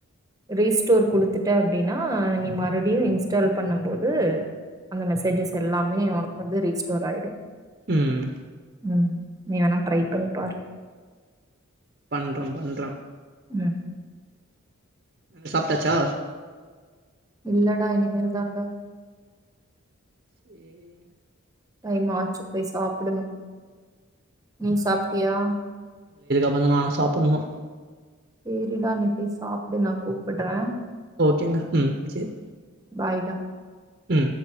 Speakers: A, on the right; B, on the right.
A: ரீஸ்டோர் குடுத்துட்ட அப்டின்னா நீ மறுபடியு இன்ஸ்டால் பண்ணும் போது அந்த மெசேஜஸ் எல்லாமே உனக்கு வந்து ரீஸ்டோர் ஆயிடு
B: ம்
A: ம் நீ வேண்ணா ட்ரை பண்ணிப்பாரு
B: பண்றோ பண்றோ
A: ம்
B: அங்க சாப்ட்டாச்சா
A: இல்லடா இனிமேல்தான்டா
B: சேரிங்க
A: டைம் ஆச்சு போய் சாப்பிடணு நீ சாப்ட்டியா?
B: பறந்தா நானு சாப்பட்ணு
A: சேரிடா நீ போய் சாப்டு நா கூப் ப்பட்றே
B: ஓகேங்க ம் சேர்
A: பாய்டா
B: ம்